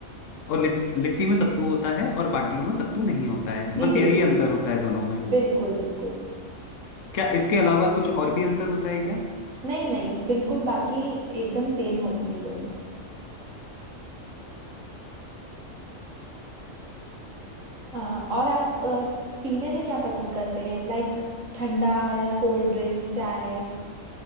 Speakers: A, on the left; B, on the right.
A: और लिट, लिट्टी में सत्तू होता है और बाटियों में सत्तू नहीं होता है
B: जी
A: बस
B: बिल्कुल
A: यही अंतर होता है दोनों में
B: बिल्कुल बिल्कुल
A: क्या इसके अलावा कुछ और भी अंतर होता है क्या
B: नहीं नहीं बिल्कुल बाकी एकदम सेम होती है दोनों हाँ और आप अ, पीने में क्या पसंद करते हैं लाइक ठंडा या कोल्ड ड्रिंक चाय